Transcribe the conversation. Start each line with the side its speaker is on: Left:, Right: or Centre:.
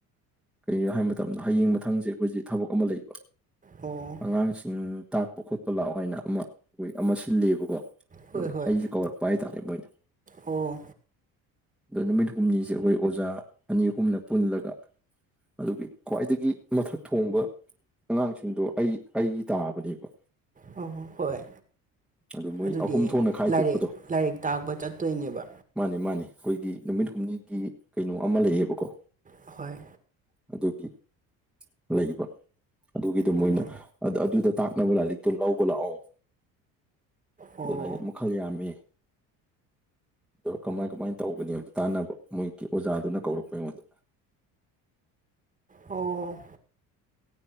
Centre: ꯀꯩꯒꯤꯅꯣ ꯍꯥꯏꯕ ꯃꯇꯝꯗ ꯍꯌꯦꯡ ꯃꯊꯪꯁꯦ ꯑꯩꯈꯣꯏꯁꯦ ꯊꯕꯛ ꯑꯃ ꯂꯩ
Right: ꯑꯣ
Centre: ꯑꯉꯥꯡꯁꯤꯡ ꯇꯥꯛꯄ ꯈꯣꯠꯄ ꯂꯥꯛꯑꯣ ꯍꯥꯏꯅ ꯑꯃ ꯋꯤꯛ ꯑꯃ ꯁꯤꯜꯂꯤꯕꯀꯣ
Right: ꯍꯣꯏ
Centre: ꯗꯨꯒ
Right: ꯍꯣꯏ
Centre: ꯑꯩꯁꯦ ꯀꯧꯔꯛꯄ ꯍꯥꯏꯇꯥꯔꯦ ꯃꯣꯏꯅ
Right: ꯑꯣ
Centre: ꯑꯗꯣ ꯅꯨꯃꯤꯠ ꯍꯨꯝꯅꯤꯁꯦ ꯑꯩꯈꯣꯏ ꯑꯣꯖꯥ ꯑꯅꯤ ꯑꯍꯨꯝꯅ ꯄꯨꯜꯂꯒ ꯑꯗꯨꯒꯤ ꯈ꯭ꯋꯥꯏꯗꯒꯤ ꯃꯊꯛ ꯊꯣꯡꯕ ꯑꯉꯥꯡꯁꯤꯡꯗꯣ ꯑꯩ ꯑꯩꯒꯤ ꯇꯥꯕꯅꯦꯕ
Right: ꯑꯣ ꯍꯣ ꯍꯣꯏ
Centre: ꯑꯗꯨ ꯃꯣꯏ
Right: ꯑꯗꯨꯗꯤ
Centre: ꯑꯍꯨꯝ ꯊꯣꯛꯅ ꯈꯥꯏꯗꯣꯛꯄꯗꯣ
Right: ꯂꯥꯏꯔꯤꯛ ꯂꯥꯏꯔꯤꯛ ꯇꯥꯛꯄ ꯆꯠꯇꯣꯏꯅꯦꯕ
Centre: ꯃꯥꯅꯦ ꯃꯥꯅꯦ ꯑꯩꯈꯣꯏꯒꯤ ꯅꯨꯃꯤꯠ ꯍꯨꯝꯅꯤꯒꯤ ꯀꯩꯅꯣ ꯑꯃ ꯂꯩꯌꯦꯕꯀꯣ
Right: ꯍꯣꯏ
Centre: ꯑꯗꯨꯒꯤ ꯂꯩꯕ ꯑꯗꯨꯒꯤꯗꯣ ꯃꯣꯏꯅ
Right: ꯑꯣ
Centre: ꯑꯗꯥ ꯑꯗꯨꯗ ꯇꯥꯛꯅꯕ ꯂꯥꯏꯔꯤꯛꯇꯣ ꯂꯧꯕ ꯂꯥꯛꯑꯣ
Right: ꯑꯣ
Centre: ꯑꯗꯨꯅꯗꯤ ꯃꯈꯜ ꯌꯥꯝꯃꯤ ꯑꯗꯣ ꯀꯃꯥꯏ ꯀꯃꯥꯏ ꯇꯧꯒꯅꯤ ꯍꯥꯏꯕꯗꯨ ꯇꯥꯟꯅꯕ ꯃꯣꯏꯒꯤ ꯑꯣꯖꯥꯗꯨꯅ ꯀꯧꯔꯛꯄ ꯑꯩꯉꯣꯟꯗ
Right: ꯑꯣ